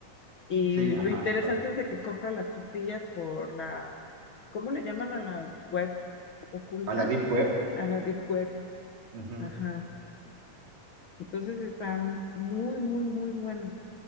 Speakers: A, on the left; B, on the right.
A: Y
B: Sí, ajá,
A: lo interesante
B: claro.
A: es de que compra las pastillas por la, ¿cómo le llaman a la web oculta?
B: A la Deep Web.
A: A la deep web.
B: Ujú.
A: Ajá. Entonces está muy, muy, muy buena.